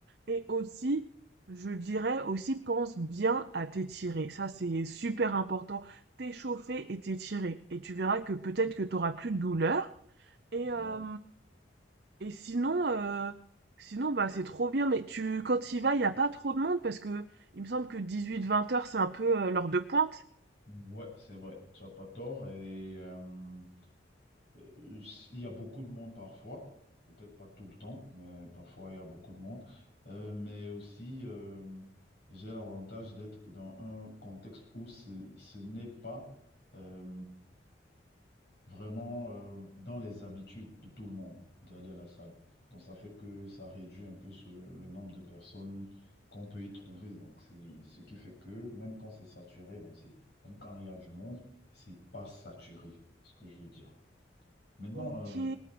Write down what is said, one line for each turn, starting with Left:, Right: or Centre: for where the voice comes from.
Right: Et aussi, je dirais aussi, pense bien à t'étirer. Ça, c'est super important. T'échauffer et t'étirer. Et tu verras que peut-être que t'auras plus de douleur. Et,
Left: Ouais,
Right: euh, et sinon, euh, sinon bah, c'est trop bien. Mais tu, quand tu y vas, il n'y a pas trop de monde parce que il me semble que dix-huit vingt heures, c'est un peu euh, l'heure de pointe.
Left: Ouais, c'est vrai, tu n'as pas tort. Et euh, Euh, Il y a beaucoup de monde parfois, peut-être pas tout le temps, mais parfois il y a beaucoup de monde. Euh, mais aussi, euh, j'ai l'avantage d'être dans un contexte où ce, ce n'est pas euh, vraiment euh, dans les habitudes de tout le monde d'aller à la salle. Donc ça fait que ça réduit un peu ce- le nombre de personnes qu'on peut y trouver. Donc c'est ce qui fait que même quand c'est saturé, bon, c'est, même quand il y a du monde, c'est pas saturé, ce que je veux dire. Maintenant,
Right: Ok,
Left: euh,